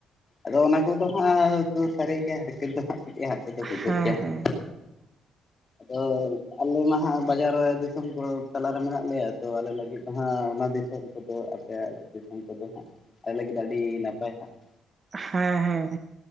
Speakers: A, on the left (about 35°); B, on the right (about 35°).
A: ᱟᱫᱚ ᱚᱱᱟ ᱠᱚᱫᱚ ᱦᱟᱸᱜ ᱥᱟᱹᱨᱤᱜᱮ ᱦᱟᱨᱠᱮᱛ ᱫᱚ ᱦᱟᱸᱜ ᱠᱟᱹᱴᱤᱡ ᱦᱟᱨᱠᱮᱛ ᱫᱚ ᱵᱩᱡᱷᱟᱹᱜ
B: ᱦᱮᱸ
A: ᱜᱮᱭᱟ
B: ᱦᱮᱸ
A: ᱾ <inaudible> ᱟᱫᱚ ᱟᱞᱮ ᱢᱟ ᱦᱟᱸᱜ ᱵᱟᱡᱟᱨ ᱫᱤᱥᱚᱢ ᱠᱚ ᱛᱟᱞᱟᱨᱮ ᱢᱮᱱᱟᱜ ᱞᱮᱭᱟ, ᱛᱚ ᱟᱞᱮ ᱞᱟᱹᱜᱤᱫ ᱫᱚ ᱦᱟᱸᱜ ᱚᱱᱟ ᱫᱤᱥᱚᱢ ᱠᱚᱫᱚ ᱟᱯᱮ ᱫᱤᱥᱚᱢ ᱠᱚᱫᱚ ᱦᱟᱸᱜ ᱟᱞᱮ ᱞᱟᱹᱜᱤᱫ ᱟᱹᱰᱤ ᱱᱟᱯᱟᱭ ᱦᱟᱸᱜ ᱾
B: ᱦᱮᱸ ᱦᱮᱸ,